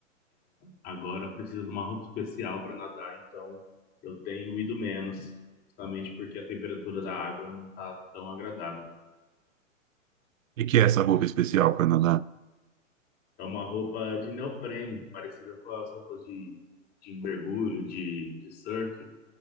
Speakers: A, on the left; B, on the right.
A: Agora precisa de uma roupa especial para nadar, então eu tenho ido menos, justamente porque a temperatura da água não tá tão agradável.
B: E que é essa roupa especial, Canadá?
A: É uma roupa de neoprene, parecida com as roupas de, de mergulho, de, de surf,